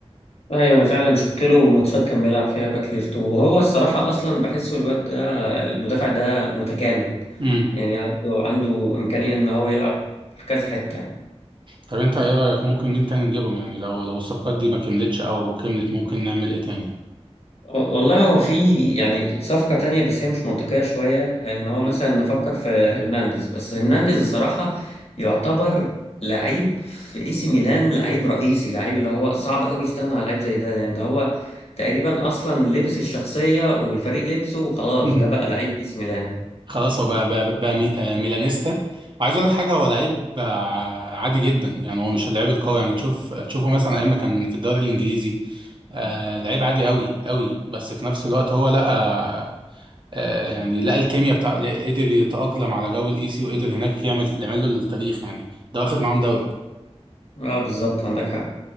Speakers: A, on the left; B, on the right.
A: ايوه انا فعلا شفت له ماتشات كان بيلعب فيها باك ليفت وهو الصراحة اصلا بحسه الواد ده المدافع ده متكامل
B: امم
A: يعني عنده عنده إمكانية ان هو يلعب في كذا حتة يعني
B: طب انت ايه رايك ممكن مين تاني نجيبهم يعني لو لو الصفقات دي ما كملتش او كملت ممكن نعمل ايه تاني
A: والله هو في يعني صفقة تانية بس هي مش منطقية شوية ان هو
B: مم.
A: مثلا نفكر في هرنانديز بس هرنانديز الصراحة يعتبر لعيب في اي سي ميلان لعيب رئيسي لعيب اللي هو صعب قوي يستنى على لعيب زي ده يعني ده هو تقريبا اصلا لبس الشخصية والفريق لبسه وخلاص
B: <laughs>
A: ده بقى لعيب اي سي ميلان
B: خلاص هو بقى, بقى, بقى مي- آه، ميلانيستا وعايز اقول لك حاجه هو لعيب آه، عادي جدا يعني هو مش اللعيب القوي يعني تشوف تشوفه مثلا ايام ما كان في الدوري الانجليزي آه لعيب عادي قوي قوي بس في نفس الوقت هو لقى آه يعني لقى الكيمياء بتاع قدر يتاقلم على جو الايسي وقدر هناك يعمل يعمل له التاريخ يعني ده واخد معاهم دوري
A: اه بالظبط عندك حق